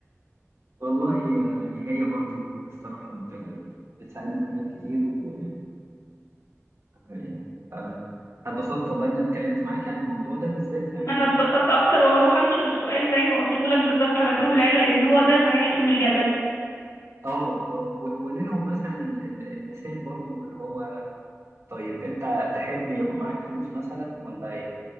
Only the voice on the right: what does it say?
والله يعني هي برضو الصراحة ب- بتساعدني في حاجات كتير و يعني، آه، اتبسطت والله إن أنا اتكلمت معاك عن الموضوع ده بالذات يعني
اه آه، و- وليلهم مثلا ال- ال- المثال برضو اللي هو طيب أنت تحب يبقى معاك فلوس مثلا ولا يب-